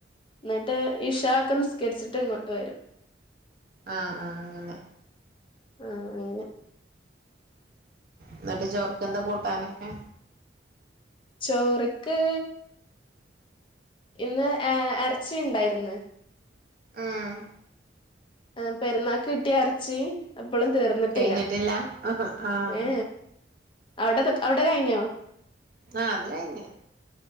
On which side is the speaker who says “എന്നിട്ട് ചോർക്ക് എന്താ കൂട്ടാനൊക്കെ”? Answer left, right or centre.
Right